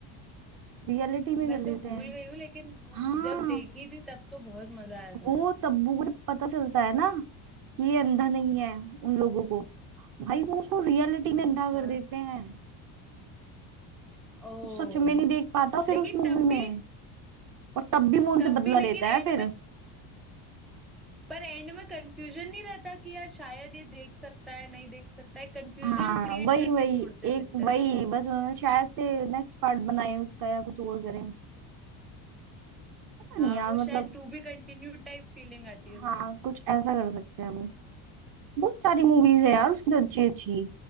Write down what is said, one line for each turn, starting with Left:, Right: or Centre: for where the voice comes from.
Right: रियलिटी में
Centre: मैं
Right: कर देते
Centre: तो भूल
Right: हैं
Centre: गई हूँ लेकिन
Right: हाँ
Centre: जब देखी थी तब तो बहुत मजा आया था
Right: वो तब्बू को जब पता चलता है ना कि ये अंधा नहीं है उन लोगों को भाई वो उसको रियलिटी में अंधा कर
Centre: हाँ
Right: देते हैं
Centre: ओ
Right: वो सच में नहीं देख पाता फिर
Centre: लेकिन
Right: उस मूवी
Centre: तब भी
Right: में और तब भी वो उनसे
Centre: तब
Right: बदला
Centre: भी लेकिन
Right: लेता है
Centre: एंड
Right: फिर
Centre: में पर एंड में कंफ्यूजन नहीं रहता कि यार शायद ये देख सकता है नहीं देख सकता है कंफ्यूजन
Right: हाँ
Centre: क्रिएट
Right: वही
Centre: करके
Right: वही
Centre: छोड़ते हैं
Right: एक
Centre: पिक्चर
Right: वही बस उन्होंने शायद से नेक्स्ट पार्ट बनाए उसका या कुछ और करें पता
Centre: हाँ
Right: नहीं यार
Centre: वो
Right: मतलब
Centre: शायद to be continue type feeling आती है उसमें
Right: हाँ कुछ ऐसा कर सकते हैं वो बहुत सारी मूवीज है यार उसकी तो अच्छी अच्छी